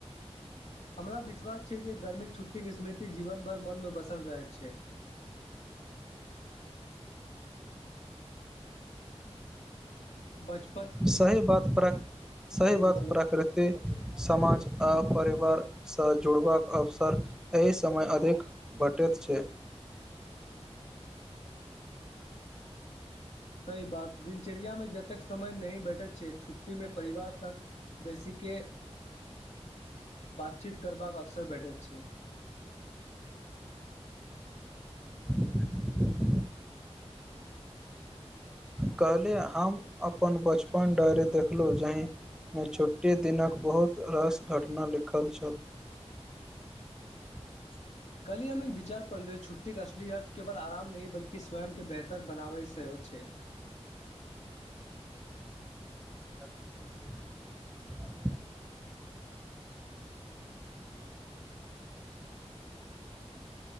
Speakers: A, on the left (about 80°); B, in the centre.
A: हमरा विश्वास छै जे गर्मीक छुट्टीक स्मृति जीवन भर मन मे बसल रहैत छै बच
B: सही बात प्रा सही
A: ह
B: बात
A: बोलो
B: प्रकृति समाज आ परिवार सह जुड़बाक अवसर एहि समय अधिक भेटैत छै
A: सही बात दिनचर्यामे जतेक समय नहि भेटैत छै छुट्टी मे परिवार संग बेसी केँ बातचीत करबाक अवसर भेटैत छै
B: <inaudible> कहलि हम अपन बचपन डायरी देखलहुँ जही मे छुट्टी दिनक बहुत रस घटना लिखल छल <inaudible>
A: कल्हि हम एक विचार पढ़लू छुट्टीे असली अर्थ केवल आराम नहि बल्की स्वयं केँ बेह तर बनाबै सेहो छै
B: <inaudible>